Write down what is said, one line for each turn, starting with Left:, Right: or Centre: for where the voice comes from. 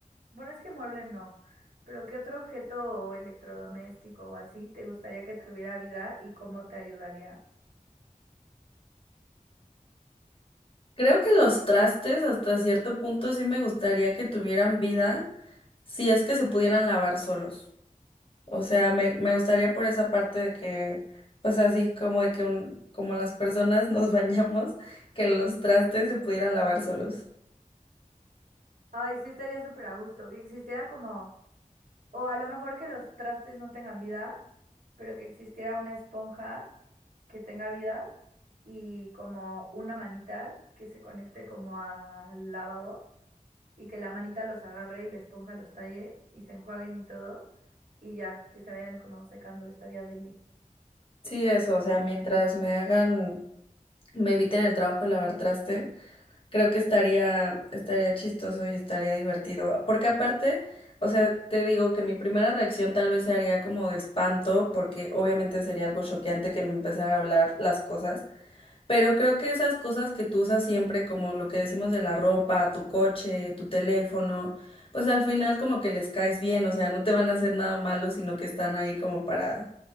Right: bueno, es que mueble no, pero qué otro objeto o electrodoméstico o así te gustaría que tuviera vida y cómo te ayudaría?
Left: Creo que los trastes hasta cierto punto sí me gustaría que tuvieran vida, si es que se pudieran lavar solos. O sea, me, me gustaría por esa parte de que, pues así como de que un, como las personas nos <laughs> bañamos, que los trastes se pudieran lavar solos.
Right: Ay, sí estaría súper a gusto, que existiera como O a lo mejor que los trastes no tengan vida, pero que existiera una esponja que tenga vida y como una manita que se conecte como al lavabo y que la manita los agarre y la esponja los talle y se enjuaguen y todo y ya, que se vayan como secando, estaría deli.
Left: Sí, eso, o sea, mientras me hagan me eviten el trabajo de lavar traste, creo que estaría, estaría chistoso y estaría divertido. Porque aparte, o sea, te digo que mi primera reacción tal vez sería como de espanto, porque obviamente sería algo choqueante que me empezara a hablar las cosas, pero creo que esas cosas que tú usas siempre, como lo que decimos de la ropa, tu coche, tu teléfono, pues al final como que les caes bien, o sea, no te van a hacer nada malo, sino que están ahí como para,